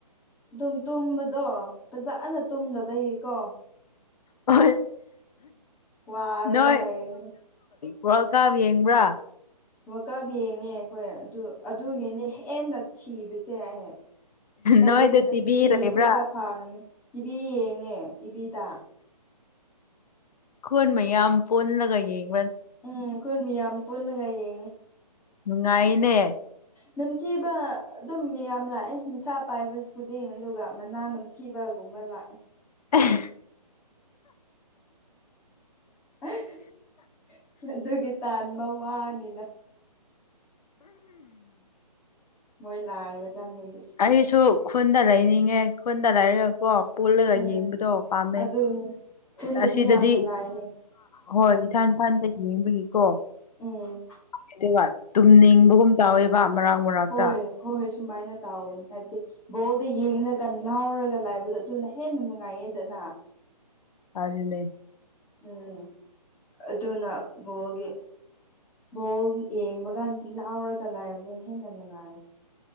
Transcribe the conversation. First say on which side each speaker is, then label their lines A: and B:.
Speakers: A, in the centre; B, on the left.
A: ꯑꯗꯨꯝ ꯇꯨꯝꯕꯗꯣ ꯐꯖꯅ ꯇꯨꯝꯅꯕꯒꯤꯀꯣ꯫
B: ꯍ
A: ꯋꯥꯔꯒ
B: ꯅꯣꯏ
A: ꯂꯩꯔꯤꯅꯦ
B: ꯋꯥꯔꯜ ꯀꯥꯞ ꯌꯦꯡꯕ꯭ꯔꯥ꯫
A: ꯋꯥꯀꯥꯕ ꯌꯦꯡꯉꯦ ꯑꯩꯈꯣꯏ ꯑꯗꯨ ꯑꯗꯨꯒꯤꯅꯤ ꯍꯦꯟꯅ ꯊꯤꯕꯁꯦ ꯑꯩꯍ ꯑ ꯑꯗꯨꯗꯤ
B: ꯅꯣꯏꯗ ꯇꯤꯚꯤ
A: ꯊꯤꯔꯁꯨ
B: ꯂꯩꯕ꯭ꯔꯥ
A: ꯈꯔ ꯐꯥꯒꯅꯤ ꯇꯤꯚꯤ ꯌꯦꯡꯉꯦ ꯇꯤꯚꯤꯗ꯫
B: ꯀꯣꯟ ꯃꯌꯥꯝ ꯄꯣꯜꯂꯒ ꯌꯦꯡꯉ
A: ꯎꯝ ꯑꯩꯈꯣꯏ ꯃꯤ ꯌꯥꯝ ꯄꯨꯜꯂꯒ ꯌꯦꯡꯉꯤ꯫
B: ꯅꯨꯡꯉꯥꯏꯅꯦ꯫
A: ꯅꯝꯊꯤꯕ ꯑꯗꯨꯝ ꯃꯌꯥꯝ ꯂꯥꯛꯑꯦ ꯅꯨꯡꯁꯥ ꯄꯥꯏꯕ ꯈꯨꯗꯤꯡ ꯑꯗꯨꯒ ꯃꯅꯥ ꯅꯝꯊꯤꯕ ꯀꯨꯝꯃꯂꯑꯦ
B: ꯎ <unintelligible>
A: ꯑ <unintelligible> <inaudible> ꯑꯗꯨꯒꯤ ꯇꯥꯟꯕ ꯋꯥꯅꯤꯅ꯫ ꯃꯣꯏ ꯂꯥꯡꯔꯀꯥꯟꯗꯗꯤ꯫
B: ꯑꯩꯁꯨ ꯈꯨꯟꯗ ꯂꯩꯅꯤꯡꯉꯦ ꯈꯨꯟꯗ ꯂꯩꯔꯒꯀꯣ ꯄꯨꯜꯂꯒ
A: ꯎꯝ
B: ꯌꯦꯡꯕꯗꯣ ꯄꯥꯝꯃꯦ꯫
A: ꯑꯗꯨꯅꯤ ꯈꯨꯟꯗꯗꯤ
B: ꯑꯁꯤꯗꯗꯤ
A: ꯌꯥꯝ ꯅꯨꯡꯉꯥꯏꯌꯦ
B: ꯍꯣꯏ ꯏꯊꯥꯟ ꯏꯊꯥꯟꯗꯒꯤ ꯌꯦꯡꯕꯒꯤ꯫ ꯀꯣ
A: ꯎꯝ
B: ꯑꯗꯨꯒ ꯇꯨꯝꯅꯤꯡꯕꯒꯨꯝ ꯇꯧꯋꯦꯕ ꯃꯔꯥꯛ ꯃꯔꯥꯛꯇ꯫
A: ꯍꯣꯏ ꯍꯣꯏ ꯍꯣꯏ ꯁꯨꯃꯥꯏꯅ ꯇꯥꯎꯕꯅꯤ ꯍꯥꯏꯕꯗꯤ ꯕꯣꯜꯗ ꯌꯦꯡꯒ ꯂꯥꯎꯔꯒ ꯂꯥꯏꯕꯗꯣ ꯑꯗꯨꯅ ꯍꯦꯟꯅ ꯅꯨꯡꯉꯥꯏꯌꯦꯗꯅ꯫
B: ꯑꯔꯅꯦ
A: ꯎꯝ ꯑꯗꯨꯅ ꯕꯣꯜꯒꯤ꯫ ꯕꯣꯜ ꯌꯦꯡꯕ ꯀꯥꯟꯗ ꯂꯥꯎꯔꯒ ꯂꯥꯏꯕꯗꯣ ꯍꯦꯟꯅ ꯅꯨꯡꯉꯥꯏ꯫